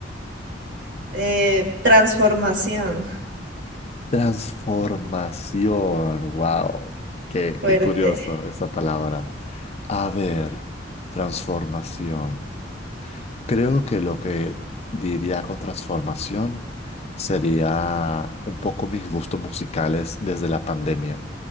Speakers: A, on the right; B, on the left.
A: eh, transformación,
B: Transformación, wow, qué,
A: fuerte.
B: qué curioso esa palabra. A ver, transformación. Creo que lo que diría con transformación sería un poco mis gustos musicales desde la pandemia.